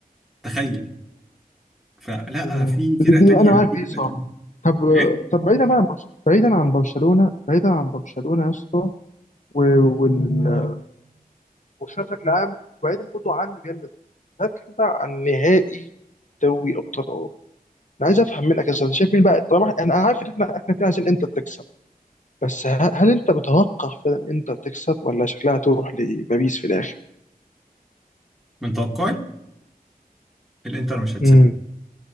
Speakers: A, in the centre; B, on the left.
A: تخيل فلا
B: تمام
A: في فرق
B: بتديني
A: تانية
B: انا معاك
A: في
B: ايه صح
A: فرق تانية
B: طب
A: ايه
B: طب بعيدا بقى عن برشلونه بعيدا عن برشلونه بعيدا عن برشلونه يا اسطى و- وال برشلونه بشكل عام وبعيدا برضه عن ريال مدريد تعالى نتكلم بقى عن نهائي دوري ابطال اوروبا انا عايز افهم منك يا أستاذ، انت شايف مين بقى طبعا انا أنا عارف ان احنا احنا الاتنين عايزين انتر تكسب بس ه- هل انت متوقع فعلا انتر تكسب ولا شكلها تروح لباريس في الاخر؟
A: من توقعي الانتر مش هتسيبها
B: امم